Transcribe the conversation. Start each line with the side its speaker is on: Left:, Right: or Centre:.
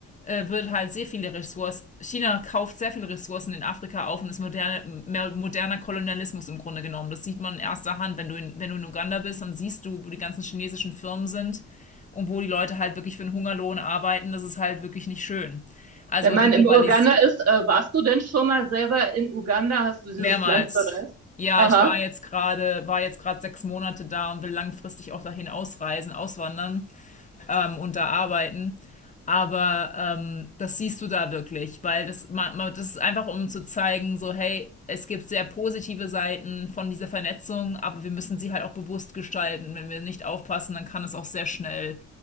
Left: äh, wird halt sehr viele Ressourcen, China kauft sehr viele Ressourcen in Afrika auf und ist moderne, mehr moderner Kolonialismus im Grunde genommen. Das sieht man in erster Hand. Wenn du in, wenn du in Uganda bist, dann siehst du, wo die ganzen chinesischen Firmen sind und wo die Leute halt wirklich für einen Hungerlohn arbeiten. Das ist halt wirklich nicht schön. Also
Right: Wenn man
Left: die Globalis
Right: in Uganda ist, äh, warst du denn schon mal selber in Uganda? Hast du dieses
Left: mehrmals.
Right: Land bereist?
Left: Ja,
Right: Aha.
Left: ich war jetzt gerade, war jetzt gerade sechs Monate da und will langfristig auch dahin ausreisen, auswandern. ähm, und da arbeiten. Aber ähm, das siehst du da wirklich, weil das, man, man, das ist einfach, um zu zeigen, so hey, es gibt sehr positive Seiten von dieser Vernetzung, aber wir müssen sie halt auch bewusst gestalten. Wenn wir nicht aufpassen, dann kann es auch sehr schnell